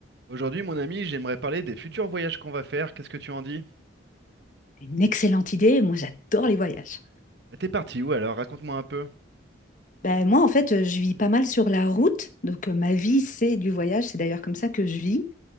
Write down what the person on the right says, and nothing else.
Aujourd'hui, mon ami, j'aimerais parler des futurs voyages qu'on va faire. Qu'est-ce que tu en dis?
Ah, T'es parti où alors? Raconte-moi un peu.